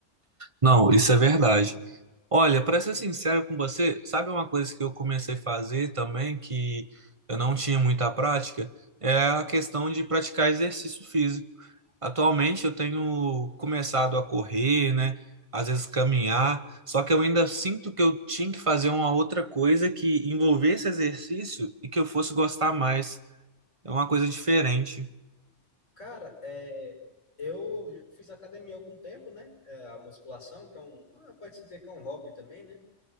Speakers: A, on the right; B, on the left.
A: Não, isso é verdade. Olha, para ser sincero com você, sabe uma coisa que eu comecei a fazer também que eu não tinha muita prática? É a questão de praticar exercício físico. Atualmente eu tenho começado a correr, né? Às vezes caminhar, só que eu ainda sinto que eu tinha que fazer uma outra coisa que envolvesse exercício e que eu fosse gostar mais. É uma coisa diferente.
B: Cara, é, eu fiz academia há algum tempo, né? É, a musculação, que é um, ah, pode-se dizer que é um hobby também, né?